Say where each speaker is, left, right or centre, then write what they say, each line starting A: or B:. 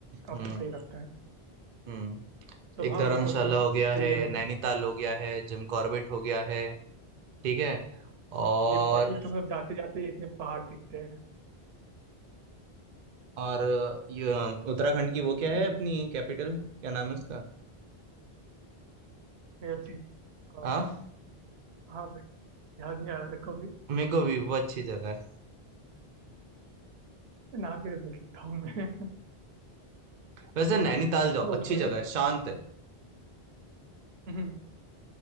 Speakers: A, on the right; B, on the right.
A: काफी
B: हम्म
A: सही लगता है
B: हम्म
A: मतलब
B: एक
A: हाँ
B: धर्मशाला
A: मतलब वो
B: हो गया
A: सही
B: है
A: जगह
B: नैनीताल
A: पे
B: हो गया है जिम कॉर्बेट हो गया है ठीक है और
A: जिम कॉर्बेट तो मतलब जाते जाते इतने पहाड़ दिखते हैं
B: और ये उत्तराखंड
A: है ना?
B: की वो क्या है
A: हम्म,
B: अपनी कैपिटल क्या नाम है उसका
A: मेरा चीज हाँ
B: हाँ
A: हाँ मैं याद नहीं आ रहा था कभी
B: मेरे को भी वो अच्छी जगह है
A: नाम कैसे बोल सकता हूँ मैं
B: वैसे नैनीताल जाओ
A: वो
B: अच्छी
A: छोड़ो
B: जगह है शांत है
A: हम्म,